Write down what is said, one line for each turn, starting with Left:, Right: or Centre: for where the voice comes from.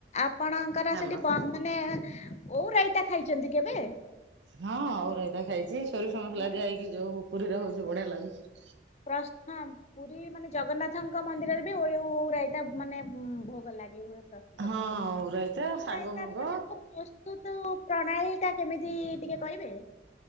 Left: ଆପଣଙ୍କର
Right: ହଁ
Left: ସେଠି ପନ୍ ମାନେ ଓଉ ରାଇତା ଖାଇଛନ୍ତି କେବେ?
Right: ହଁ ଓଉ ରାଇତା ଖାଇଚି ସୋରିଷ ମସଲା
Left: ଆମର
Right: ଦିଆ ହେଇକି ଯୋଉ ପୁରୀରେ ହଉଛି ବଢିଆ ଲାଗୁଛି।
Left: ପ୍ରଶ୍ନମ୍ ପୁରୀ ମାନେ ଜଗନ୍ନାଥଙ୍କ ମନ୍ଦିରରେ ବି ଓୟୁ ଓଉ ରାଇତା ମାନେ ଭୋଗ ଲାଗି ହୁଏ। ଓଉ
Right: ହଁ ଓଉରାଇତା ଶାଗ
Left: ରାଇତା
Right: ମୁଗ
Left: ବି ପ୍ରସ୍ତୁ ପ୍ରସ୍ତୁତୁ ପ୍ରଣାଳୀ ଟା କେମିତି ଟିକେ କହିବେ?